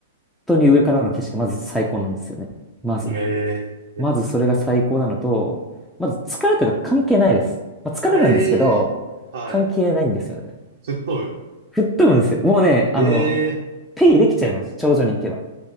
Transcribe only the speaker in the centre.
当に上からの景色がまず最高なんですよね。まず、
まずそれが最高なのと、まず疲れとか関係ないです。まあ、疲れるんですけど、
関係ないんですよね。
吹っ飛ぶんですよ。もうね、あの、
ペイできちゃいます。頂上に行けば。